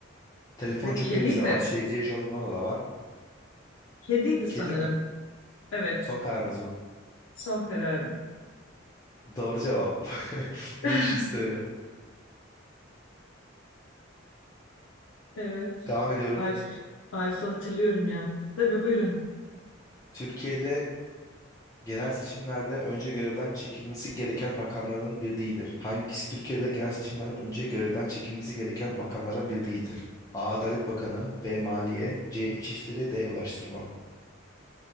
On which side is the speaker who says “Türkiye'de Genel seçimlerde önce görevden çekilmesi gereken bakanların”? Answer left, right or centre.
Left